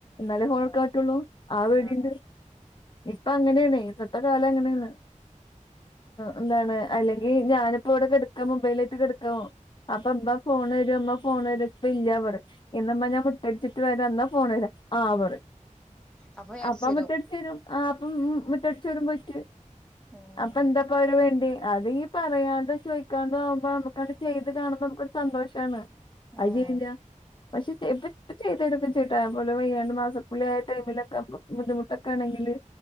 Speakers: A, on the left (about 35°); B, in the centre.
A: ന്നാലേ
B: ആഹ്
A: ഫോണെടുക്കാമ്പറ്റുള്ളൂ ആ പേടിണ്ട്
B: ആഹ്
A: ഇപ്പ അങ്ങനെണെയ് ഇപ്പത്തെ കാലങ്ങനെണെയ് എന്താണ് അല്ലെങ്കി ഞാനിപ്പോ വ്ടെ കെടുക്കാം മൊബൈലായിറ്റ് കെട്ക്കാവും അപ്പ ബ്ബ ഫോൺ രും മ്മ ഫോണര് പ്പല്ല്യ പറിം ഇന്നമ്മ ഞാൻ മുറ്റടിച്ചിട്ട് വര ന്നാ ഫോൺരാ ആ പറിം
B: അപ്പൊ ഞാൻ
A: അപ്പ
B: അടിച്ചേരും
A: മുട്ടടിച്ചു വരും ആഹ് അപ്പം ഉം മറ്റടിച്ചോരും പോയിട്ട്
B: ഉം
A: അപ്പൊ എന്താ യീ വേണ്ടി അതീ പറയാണ്ടി ചോയ്ക്കാണ്ടു ആവുമ്പോ നമുക്കങ്ങട്ട് ചെയ്ത് കാണുമ്പ നമുക്കൊരു സന്തോഷാണ് അയി
B: ആഹ്
A: ചെയ്യൂല്ല പക്ഷെ ചെയ്ട്ടപ്പ ചെയ്‌തോരോക്കെ ചെയ്യുട്ടാ തെ പോലെ വെയ്യാണ്ട് മാസക്കുളിആയിട്ട് ആ ടൈമിലൊക്കെ ബുദ്ധിമുട്ടൊക്കെ ആണെങ്കില്